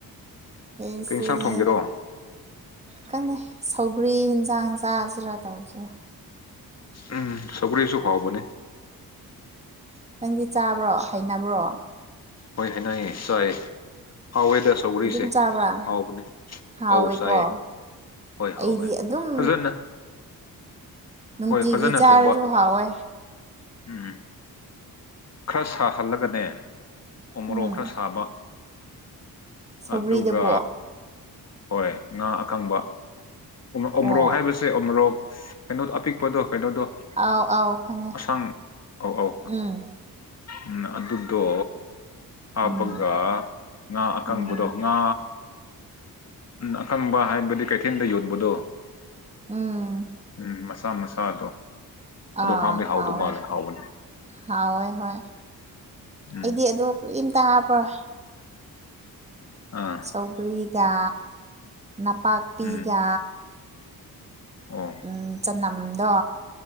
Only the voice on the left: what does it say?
ꯀꯩ ꯏꯟꯁꯥꯡ ꯊꯣꯡꯒꯦꯔꯣ
ꯎꯝ ꯁꯧꯒꯔ꯭ꯤꯁꯨ ꯍꯥꯎꯕꯅꯦ
ꯍꯣꯏ ꯍꯩꯅꯌꯦ ꯆꯥꯏꯌꯦ ꯍꯥꯎꯋꯦꯗ ꯁꯧ꯭ꯒꯔꯤꯁꯦ
ꯍꯥꯎꯕꯅꯦ
ꯑꯧ ꯆꯥꯏꯌꯦ ꯍꯣꯏ
ꯍꯥꯎꯋꯦ
ꯐꯖꯅ
ꯍꯣꯏ ꯐꯖꯅ
ꯊꯣꯡꯕ
ꯎꯝ ꯈꯔ ꯁꯥꯍꯜꯂꯒꯅꯦ ꯎꯃꯣꯔꯣꯛ
ꯈꯔ ꯁꯥꯕ
ꯑꯗꯨꯒ ꯍꯣꯏ ꯉꯥ ꯑꯀꯪꯕ ꯎ
ꯎꯃꯣꯔꯣꯛ ꯍꯥꯏꯕ ꯁꯦ ꯎꯃꯣꯔꯣꯛ ꯀꯩꯅꯣꯗ ꯑꯄꯤꯛꯄꯗꯣ ꯀꯩꯅꯣꯗꯣ
ꯑꯁꯡ ꯑ ꯑꯥꯎ
ꯎꯝ ꯑꯗꯨ ꯇꯣ ꯍꯥꯞꯄꯒ
ꯉꯥ ꯑꯀꯪꯕꯗꯣ
ꯉꯥ ꯎꯝ ꯀꯪꯕ ꯍꯥꯏꯕꯗꯤ ꯀꯩꯊꯦꯟꯗ ꯌꯣꯟꯕꯗꯣ
ꯎꯝ ꯃꯆꯥ ꯃꯆꯥꯗꯣ ꯑꯗꯣ
ꯍꯥꯎꯗꯤ ꯍꯥꯎꯗꯧ
ꯃꯥꯜꯂꯦ ꯍꯥꯎꯕꯅꯤ
ꯎꯝ
ꯑꯥ
ꯎꯝ ꯑꯣ